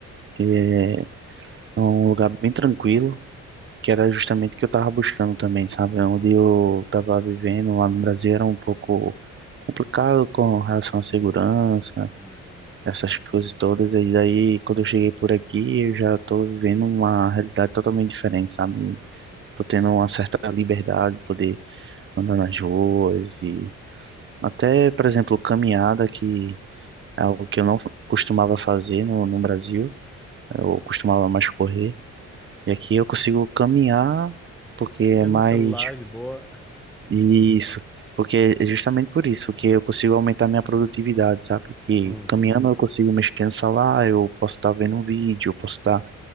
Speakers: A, on the right; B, in the centre.
A: Que é um lugar bem tranquilo. que era justamente o que eu estava buscando também, sabe? Onde eu
B: Uhum,
A: estava vivendo lá no Brasil era um pouco complicado com relação à segurança,
B: uhum,
A: essas coisas todas. E daí, quando eu cheguei por aqui, eu já estou vivendo uma realidade totalmente diferente, sabe?
B: uhum.
A: Tô tendo uma certa liberdade de poder andar nas ruas e até, por exemplo, caminhada, que é algo que eu não costumava fazer no, no Brasil. Eu costumava mais correr. E aqui eu consigo caminhar porque é
B: Aqui
A: mais
B: no celular, de boa.
A: Isso, porque é justamente por isso que eu consigo aumentar minha produtividade, sabe? Que
B: Uhum.
A: caminhando eu consigo mexer no celular, eu posso estar vendo um vídeo, eu posso estar,